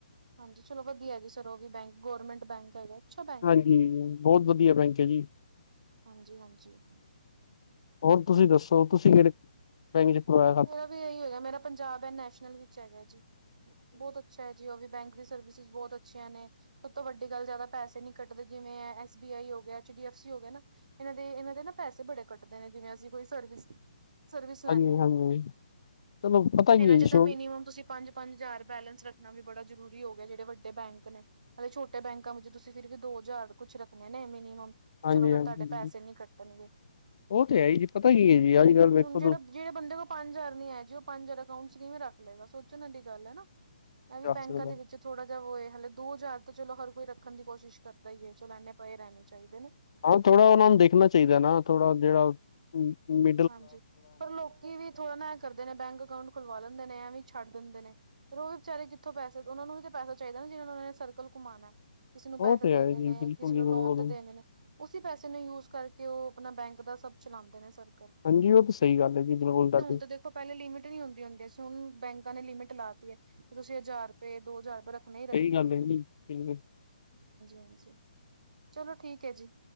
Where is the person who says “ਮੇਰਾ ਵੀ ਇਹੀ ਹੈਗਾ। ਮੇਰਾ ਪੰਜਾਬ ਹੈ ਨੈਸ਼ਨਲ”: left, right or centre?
Right